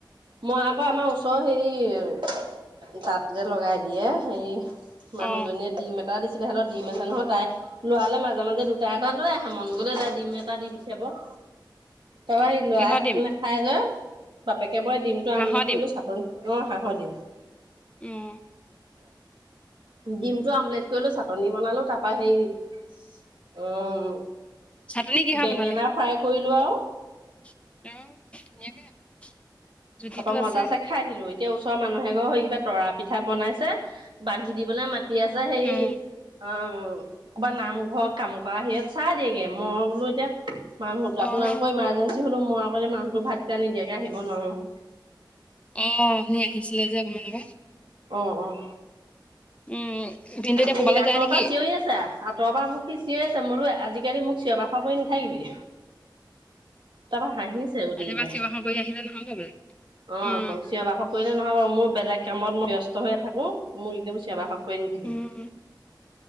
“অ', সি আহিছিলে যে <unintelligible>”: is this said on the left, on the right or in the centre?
Left